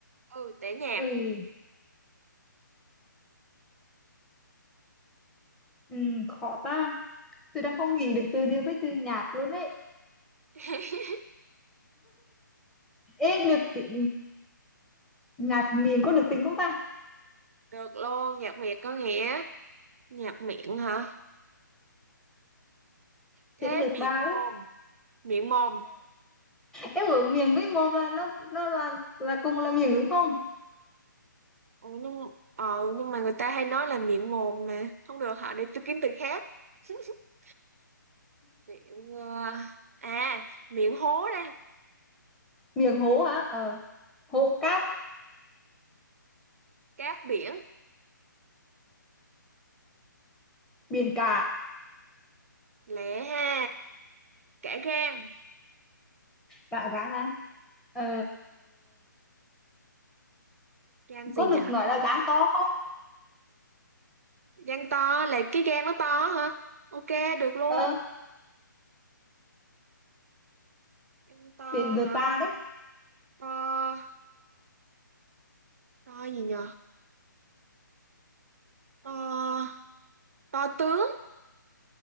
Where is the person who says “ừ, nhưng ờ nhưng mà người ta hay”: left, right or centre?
Right